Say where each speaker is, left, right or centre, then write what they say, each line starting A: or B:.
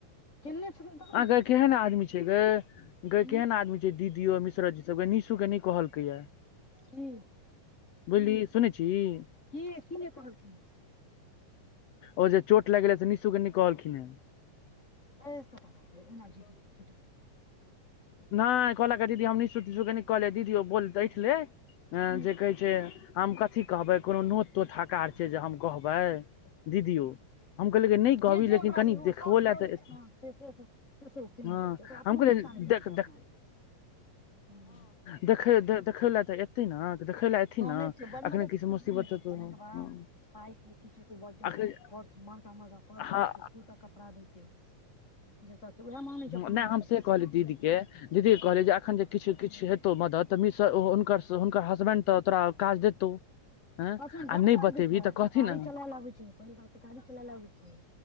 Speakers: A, on the left; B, on the left.
A: केने छलियै गप।
B: आगै केहेन आदमी छै, गै गै
A: हूँ
B: केहेन आदमी छै? जे दीदी आ मिश्राजी के सब, निशू के नै कहलकैये
A: हुं।
B: बुझलीही सुनेै छीही।
A: किए कि नै कहलखिन।
B: ओ जे चोट लागि गेलै से निशुके नै कहलखिनहें।
A: साढ़े सए टा एनारजी द <unintelligible>
B: नहि कहलक दीदी हम निशु तिशु के नै कहलियै दीदी ओ बोल ऐंठले। ह
A: हूँ
B: जे कहे छै जे हम कथि कहबै कोनो नोत तोत हकार छै जे हम कहबै। दीदियो। हम कहलियै कि नहि कहबी
A: जे जे
B: लेकिन
A: ओकरा
B: कनि देखबो
A: सबके
B: लए
A: होइ
B: तऽ
A: छै ने केने
B: हँ
A: जाइ छै ओकरा। ओहो
B: हम कहलियै
A: रिस्ता न टुटि
B: देख
A: जाइ अपना मे।
B: देखय लए धरि देखय लए तऽ ए- थिन ने, तऽ देखय लए एथिन
A: ननैद
B: ने।
A: छै बड़
B: अखने
A: मदद
B: किछु
A: करथिन
B: मुसीबत
A: निशु
B: हेतौ,
A: ननैद बात
B: हँ।
A: पाइसँ किछ हेतैक बर्डे
B: अखन
A: के खर्च महंगा महंगा पर्स
B: हँ
A: दै छै, दू टा कपड़ा दै छै। जे सब छै उएह मानै छै
B: ह्म
A: अपन
B: नहि
A: मानै
B: हम
A: सकै
B: से
A: छै
B: कहलियै दीदीकेँ, दीदीकेँ कहलियै, जे एखन जे किछु किछु हेतौ मदति, तऽ मिसर ओ हुनकर स् हुनकर हसबैंड तऽ तोरा काज देतौ। हँ
A: अथि बड़
B: आ नहि
A: काज
B: बतेबही
A: देतनि।
B: तऽ कहथिन
A: गाड़ी
B: ने
A: चलाएल अबैत छै। पहिल बात तऽ गाड़ी चलाएल अबैत छै।